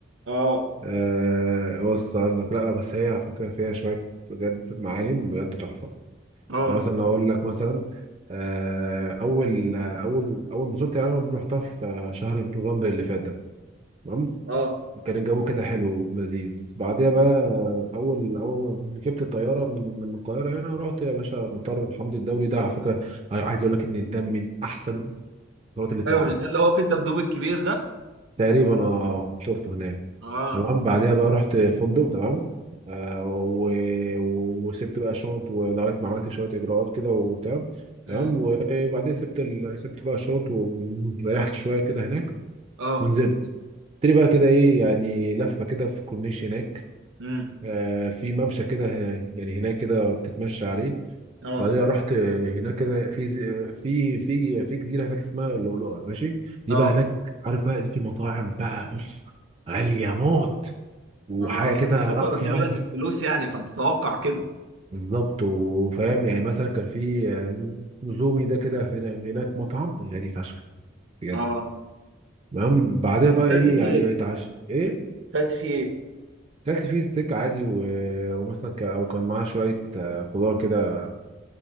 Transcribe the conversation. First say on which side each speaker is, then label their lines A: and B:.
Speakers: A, on the right; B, on the right.
A: اه
B: آه بص اقول لك لا بس هي على فكره فيها شويه بجد معالم بجد تحفه
A: اه
B: يعني مثلا اقول لك مثلا آه اول اول اول ما زرت يعني أنا رحتها في شهر نوفمبر اللي فات ده تمام
A: اه
B: كان الجو كده حلو ولذيذ بعديها بقى اول اول ما ركبت الطياره من من القاهره هنا رحت يا باشا مطار حمدي الدولي ده على فكره عايز اقول لك ان ده من احسن القطارات اللي في
A: ايوه
B: العالم
A: مش ده اللي هو في الدبدوب الكبير ده
B: تقريبا اه شفته هناك
A: اه
B: تمام بعديها بقى رحت فندق تمام آه و... وسبت بقى شنط ولغايه ما عملت شويه اجراءات كده وتمام
A: امم
B: تمام وبعديها سبت ال... سبت بقى شنط وريحت شويه كده هناك
A: اه
B: ونزلت تري بقى كده ايه يعني لفه كده في الكورنيش هناك
A: امم
B: آه، في ممشى كده هنا- يعني هناك كده بتتمشى عليه
A: اه
B: بعدها رحت آه، هناك كده في ز- آه، في في في جزيره هناك اسمها اللؤلؤه ماشي دي
A: اه
B: بقى هناك عارف بقى دي في مطاعم بقى بص غاليه موت وحاجه
A: ما اصل
B: كده
A: قطر
B: راقيه
A: دي بلد
B: قوي
A: الفلوس يعني فانت تتوقع كده
B: بالظبط وفاهم يعني مثلا كان في آه، نزومي ده كده في- هناك مطعم غالي فشخ بجد
A: اه
B: تمام بعدها
A: طب
B: بقى ايه
A: اكلت فيه
B: يعني
A: ايه؟
B: اتعشت ايه
A: اكلت فيه ايه؟
B: كلت فيه ستيك عادي و- ومثلا ك- او كان معاه شويه آه، خضار كده